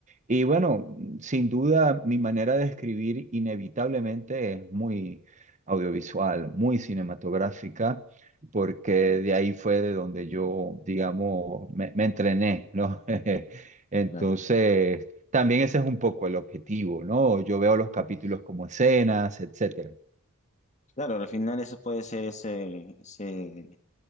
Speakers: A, on the right; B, on the left.
A: Y bueno, sin duda mi manera de escribir inevitablemente es muy audiovisual, muy cinematográfica, porque de ahí fue de donde yo, digamos, me, me entrené, ¿no? <laughs> Entonces,
B: claro.
A: también ese es un poco el objetivo, ¿no? Yo veo los capítulos
B: Claro,
A: como escenas, etcétera.
B: Claro, al final eso puede ser ese, ese